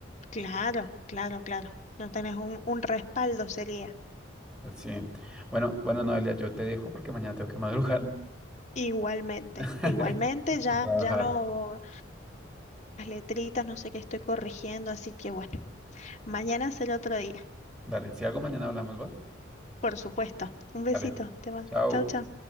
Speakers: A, on the left (about 35°); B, in the centre.
A: Claro, claro, claro. No tenés un, un respaldo, sería.
B: Pues Sí. Bueno, bueno, Noelia, yo te dejo porque mañana tengo que madrugar
A: Igualmente,
B: <laughs>
A: igualmente, ya,
B: a trabajar.
A: ya no, las letritas, no sé qué estoy corrigiendo, así que bueno, mañana será otro día.
B: Dale, si algo mañana hablamos, ¿va?
A: Por supuesto. Un besito,
B: Dale,
A: te va.
B: chao.
A: Chau, chau.